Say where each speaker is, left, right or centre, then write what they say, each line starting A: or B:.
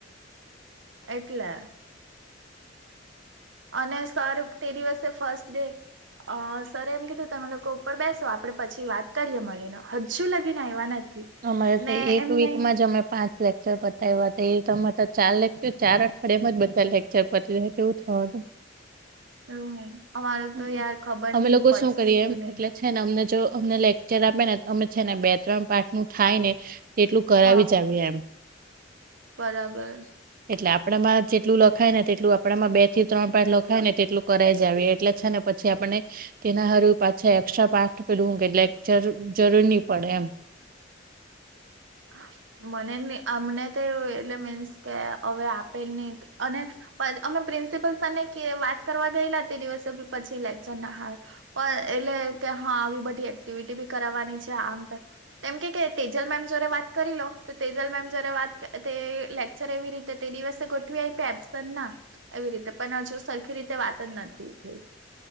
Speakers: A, on the right; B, on the right.
A: એટલે અને સર તે દિવસે ફર્સ્ટ ડે અ સર એમ કીધું તમે લોકો ઉપર બેસો આપડે પછી વાત કરીએ મળી ન હજુ લગીને આવ્યા નથી.
B: અમારે
A: ને
B: તો એક
A: એમ
B: વીકમાં
A: નહી
B: જ અમે પાંચ લેકચર પતાય્યા એ તે તમારે તો ચાર લેકચર ચાર અઠવાડિયામાં જ બધા લેકચર પતીયુ એવું થવાનું
A: એવું હે અમારું
B: હમ.
A: તો યાર ખબર
B: અમે
A: નહીં
B: લોકો
A: પતશે
B: શું કરીએ
A: ને કે નહી.
B: એટલે છે ને અમને જો અમને લેકચર આપે ને તો અમે છે ને બે ત્રણ પાઠ નું થાય ને એટલું કરાવી
A: હા
B: જ આવી એમ
A: બરાબર
B: એટલે આપણા માં જેટલું લખાય ને તેટલું આપણામાં બે થી ત્રણ પાઠ લખાય ને તેટલું કરા વીજ આવે એટલે છે ને પછી આપને તેના હર રોજ પાછા એસ્ટ્રા પાઠ પેલું હું કે લેક્ચર જરૂર નહી પડે એમ
A: ા <inaudible> મને એમ ને તો એવું એટલે મીન્સ કે હવે આપે જ નહી અને પણ અમે પ્રિન્સિપલ સર ને કે વાત કરવા ગયેલા તે દિવસે પછી લેક્ચર ના હાલ પણ એટલે તે કે હા આવી બધી એક્ટિવિટી બી કરાવવાની છે આમ તેમ એમ કે કે તે જ જલ મેમ જૉરે વાત કરી લો તો તેજલ મેમ જયારે વાત તે અ લેક્ચર એવી રીતે તે દિવસે ગોઠવી આપ્યા એમ તે પણ ના એવી રીતે પણ હજુ સરખી રીતે વાત જ નથી થ ઈ